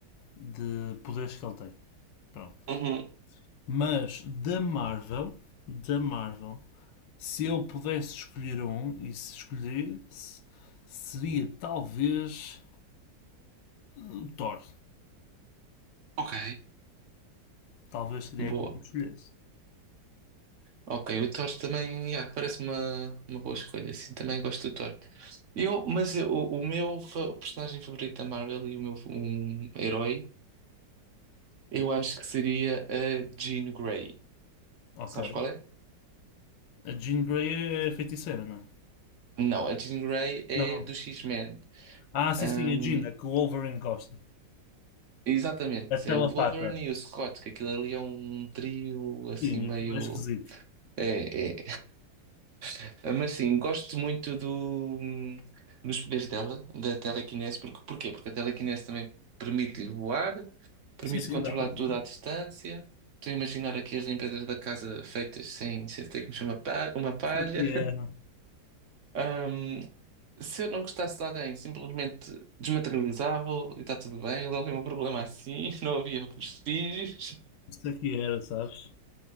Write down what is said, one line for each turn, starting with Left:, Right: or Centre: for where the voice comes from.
Left: de poderes que ele tem. Pronto.
Right: Uhum.
Left: Mas da Marvel, da Marvel, se eu pudesse escolher um e se escolhesse, seria talvez o Thor.
Right: Ok.
Left: Talvez seria
Right: Boa.
Left: aquele que eu escolhesse.
Right: Ok, o Thor também, yeah, parece uma, uma boa escolha, sim, também gosto do Thor. Eu, mas eu- o, o meu fa- personagem favorito da Marvel e o meu um, herói. Eu acho que seria a Jean Grey.
Left: Ok.
Right: Sabes qual é?
Left: A Jean Grey é feiticeira, não é?
Right: Não, a Jean Grey é
Left: Não.
Right: do X-Men.
Left: Ah, sim,
Right: Ahm,
Left: sim, a Jean, a que o Wolverine gosta.
Right: exatamente,
Left: A telepata.
Right: é o Wolverine e o Scott, que aquilo ali é um trio assim
Left: Sim,
Right: meio.
Left: aquilo é esquisito.
Right: É, é. <laughs> Mas sim, gosto muito do, dos poderes dela, da telequinese. Porque, porquê? Porque a telequinese também permite-lhe voar, permite
Left: Sim, sim,
Right: controlar
Left: dá para tudo.
Right: tudo à distância. Estou a imaginar aqui as limpezas da casa feitas sem, sem ter que mexer uma pa- uma palha.
Left: Isso aqui era.
Right: <laughs> Se eu não gostasse de alguém, simplesmente desmaterializava e está tudo bem, resolvi o meu problema assim, <laughs> não havia vestígios.
Left: Isso aqui era, sabes?